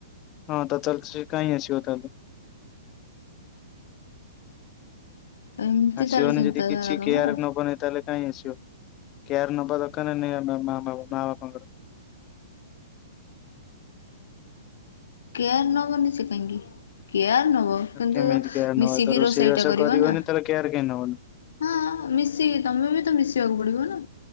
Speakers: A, on the left; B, on the left.
A: ହଁ ତ ତାହେଲେ ସେ କାହିଁ ଆସିବ ତାହେଲେ।
B: ଏମିତି
A: ଆସିବନି
B: ତାହେଲେ ଚିନ୍ତାଧାରା
A: ଯଦି କିଛି
B: ତମର
A: କେୟାର ନବ ନି ତାହେଲେ କାଇଁ ଆସିବ, କେୟାର ନବା ଦରକାର ନା ନାଇଁ ଆ ମା ବା ମା ବାପାଙ୍କର?
B: କେୟାର ନବ ସେ କାହିଁକି କେୟାର ନବ।
A: କେମିତି
B: କିନ୍ତୁ
A: କେୟାର ନବା
B: ମିଶିକି
A: ତ ରୋଷେଇବାସ
B: ରୋଷେଇଟା କରିବ
A: କରିବନି
B: ନା।
A: ତାହେଲେ କେୟାର କାହିଁ ନବନି।
B: ହଁ ମିଶିକି ତମେ ବି ତ ମିଶିବାକୁ ପଡ଼ିବ ନା।